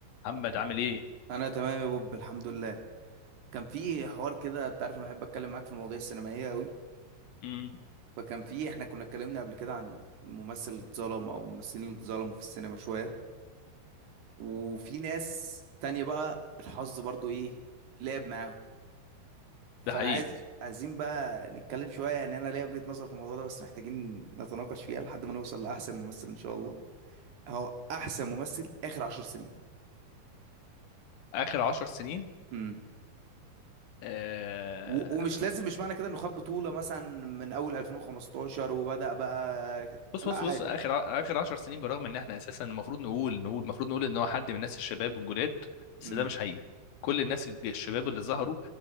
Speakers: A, on the left (about 75°); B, on the right (about 55°).
A: محمد عامل ايه؟
B: انا تمام يا بوب الحمد لله كان في حوار كده انت عارف انا بحب اتكلم معاك في المواضيع السينمائيه قوي
A: امم
B: فكان في احنا كنا اتكلمنا قبل كده عن ممثل اتظلم او ممثلين اللي اتظلموا في السينما شويه وفي ناس تانية بقى الحظ برضو ايه لعب معاهم فانا
A: ده حقيقي
B: عايز عايزين بقى نتكلم شويه يعني انا ليا وجهه نظر في الموضوع ده بس محتاجين نتناقش فيها لحد ما نوصل لاحسن ممثل ان شاء الله هو احسن ممثل اخر عشر سنين
A: اخر عشر سنين
B: امم
A: آه...
B: و- ومش لازم مش معنى كده انه خد بطولة مثلا من اول 2015 وبدأ بقى ك-
A: بص
B: لا
A: بص
B: عادي
A: بص اخر ع- اخر عشر سنين برغم ان احنا اساسا المفروض نقول نقول المفروض نقول ان هو حد من الناس الشباب والجداد بس
B: امم
A: ده مش حقيقي كل الناس الج- الشباب اللي ظهروا